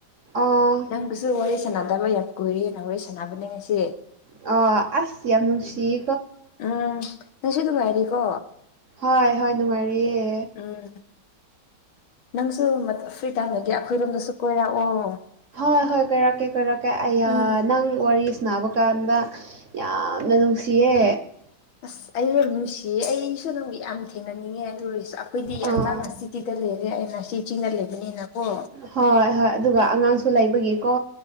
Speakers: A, on the right (about 50°); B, on the left (about 80°).
A: ꯑꯣ
B: ꯅꯪꯒꯁꯨ ꯋꯥꯔꯤ ꯁꯥꯟꯅꯗꯕ ꯌꯥꯝ ꯀꯨꯏꯔꯦ ꯅꯪ ꯋꯥꯔꯤ ꯁꯥꯟꯅꯕꯅꯦ ꯉꯁꯤ
A: ꯑ ꯑꯁ ꯌꯥꯝ ꯅꯨꯡꯁꯤꯌꯦ
B: ꯑꯝ ꯅꯁꯨ ꯅꯨꯡꯉꯥꯏꯔꯤꯀꯣ
A: ꯍꯣꯏ ꯍꯣꯏ ꯅꯨꯡꯉꯥꯏꯔꯤꯌꯦ
B: ꯎꯝ ꯅꯪꯁꯨ ꯃꯠ-ꯐ꯭ꯔꯤ ꯇꯥꯏꯝꯗꯒꯤ ꯑꯩꯈꯣꯏꯔꯣꯝꯗꯁꯨ ꯀꯣꯏꯔꯛꯑꯣ
A: ꯍꯣꯏ ꯍꯣꯏ ꯀꯣꯏꯔꯛꯀꯦ ꯀꯣꯏꯔꯛꯀꯦ ꯑꯩꯌꯥ
B: ꯎꯝ
A: ꯅꯪ ꯋꯥꯔꯤ ꯅꯥꯕ ꯀꯥꯟꯗ ꯌꯥꯝꯅ ꯅꯨꯡꯁꯤꯌꯦ
B: ꯑꯁ ꯑꯩꯌꯨ ꯅꯨꯡꯁꯤꯌꯦ ꯑꯩꯁꯨ ꯅꯪꯕꯨ ꯌꯥꯝ ꯊꯦꯡꯅꯅꯤꯡꯉꯦ ꯑꯗꯨ ꯑꫭꯏ ꯑꯈꯣꯏꯗꯤ
A: ꯑꯥ
B: ꯑꯅꯪ ꯁꯤꯒꯤꯗ ꯂꯩꯔꯦ ꯑꯩꯅ ꯁꯤꯆꯤꯡꯗ ꯂꯩꯕꯅꯤꯅꯀꯣ
A: ꯍꯣꯏ ꯍꯣꯏ ꯑꯗꯨꯒ ꯑꯉꯥꯡꯁꯨ ꯂꯩꯕꯒꯤꯀꯣ